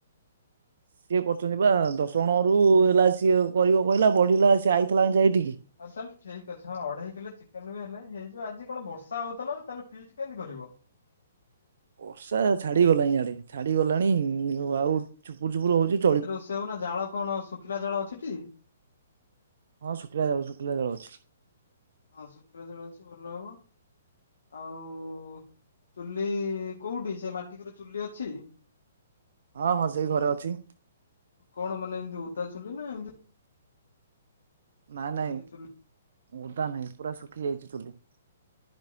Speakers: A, on the right (about 55°); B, on the left (about 60°).
A: ସିଏ କରୁଛନ୍ତି ବା ଦଶ ଜଣ ରୁ ହେଲା ସିଏ କରିବ କହିଲା ବଢିଲା ସିଏ ଆଇଥିଲା ଏଯାଏ ଏଇଠିକି।
B: ଆଉ ତାହେଲେ ଠିକ୍ ଅଛି ହଁ ଅଢେଇ କିଲୋ ଚିକେନ ବି ହେଲେ ହେଇଯିବ ଆଜି କଣ ବର୍ଷା ହଉଥିଲା ତାହେଲେ ଫିଷ୍ଟି କେମିତି କରିବ?
A: ବର୍ଷା ଏ ଛାଡିଗଲାଣି ଇଆଡେ ଛାଡିଗଲାଣି ଆଉ ଛୁପୁରୁ ଛୁପୁରୁ ହଉଚି।
B: ରୋଷେଇ ହବ ନା ଜାଳ କଣ ଶୁଖିଲା ଜାଳ ଅଛି ଟି?
A: ହଁ ଶୁଖିଲା ଜାଳ ଶୁଖିଲା ଜାଳ ଅଛି।
B: ହଁ ଶୁଖିଲା ଜାଳ ଅଛି ଭଲ ହବ ଆଉ - ଚୁଲି କୋଉଠି ସେ ମାଟିିଘରେ ଚୁଲି ଅଛି?
A: ହଁ ହଁ ସେଇ ଘରେ ଅଛି।
B: କଣ ମାନେ ଏମତି ଓଦା ଚୁଲି ନା ଏମତି
A: ନାଇଁ ନାଇଁ
B: ଚୁଲି
A: ଓଦା ନାହିଁ ପୁରା ଶୁଖି ଯାଇଚି ଚୁଲି।